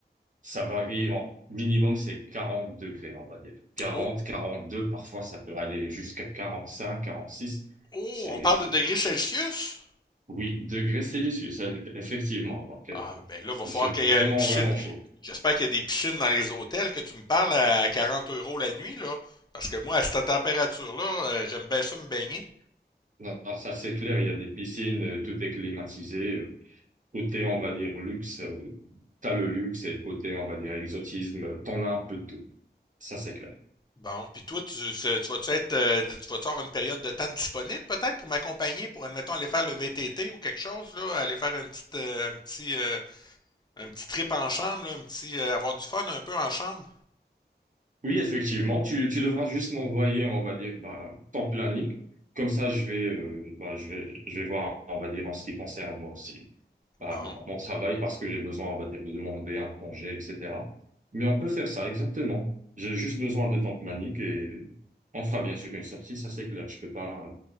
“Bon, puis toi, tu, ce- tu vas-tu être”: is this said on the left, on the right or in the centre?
Left